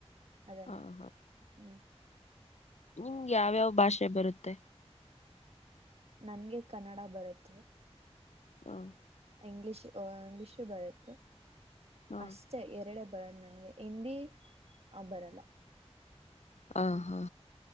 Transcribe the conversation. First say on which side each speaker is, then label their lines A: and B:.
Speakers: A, on the right (about 65°); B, on the left (about 85°).
A: ಅದನ್ನ
B: ಹ ಹ
A: ಹ್ಮ್
B: ನಿಮ್ಗೆ ಯಾವ್ಯಾವ ಭಾಷೆ ಬರುತ್ತೆ.
A: ನನ್ಗೆ ಕನ್ನಡ ಬರುತ್ತೆ.
B: ಹ್ಮ
A: ಇಂಗ್ಲಿಷ್ ಆ ಇಂಗ್ಲಿಷು ಬರುತ್ತೆ
B: ಹಾ
A: ಅಷ್ಟೇ ಎರಡೇ ಬರ ನನ್ಗೆ ಹಿಂದಿ ಆ ಬರಲ್ಲ
B: ಹ ಹಾ